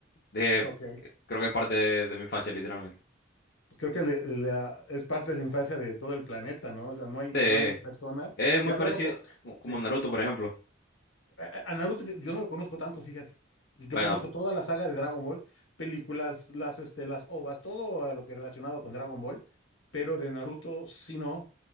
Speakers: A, on the left; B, on the left.
A: De,
B: Ah, ok.
A: creo que es parte de, de mi infancia, literalmente.
B: pues, Creo que le- la- es parte de la infancia de todo el planeta, ¿no? O sea, no hay,
A: Sí,
B: no hay personas.
A: es muy
B: Y he hablado
A: parecido,
B: con...
A: como
B: Sí.
A: Naruto, por ejemplo.
B: A, a Naruto yo, yo no lo conozco tanto, fíjate. Yo
A: Bueno,
B: conozco toda la saga de Dragon Ball, películas, las, este, las OVAs, todo lo que relacionado con Dragon Ball, pero de Naruto sí no.